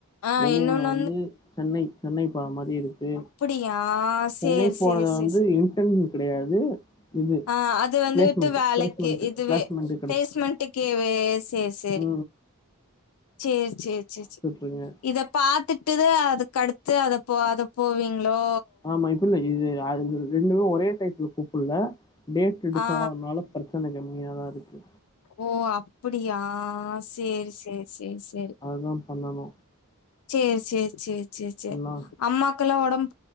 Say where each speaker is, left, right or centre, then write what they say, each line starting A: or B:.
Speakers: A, on the left (about 75°); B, on the left (about 15°).
A: ஆ
B: ஒன்னொன்னு
A: இன்னொன்னு
B: வந்து சென்னை சென்னை போற மாரி இருக்கு
A: அப்படியா சேரி
B: சென்னை போறது
A: சேரி சேரி
B: வந்து
A: சே
B: இன்டர்ன் கெடையாது இது
A: ஆ அது வந்துட்டு
B: பிளேஸ்மெண்ட்
A: வேலைக்
B: பிளேஸ்மெண்ட்
A: இதுவே
B: பிளேஸ்மெண்ட்
A: பேஸ்மெண்டுக்குவே எஸ் எஸ்
B: உ
A: சேரி சேரி சேரி சே
B: இருக்கேன்
A: இதப் பாத்துட்டுதா அதுகடுத்து அது போ அத போவீங்களோ
B: மைப்பு இது அது ரெண்டு ஒரே டைப்ல கூப்ட்டல்ல டேட்ஸ் எடுக்காதனால
A: ஆ
B: பிரச்சனை கம்மியா தா இருக்கு
A: ஓ அப்படியா சேரி சேரி சேரி செரி
B: இதும் பண்ணணு
A: செரி செரி செரி செரி செரி
B: எல்லாம்
A: அம்மாக்க எல்லா உடம்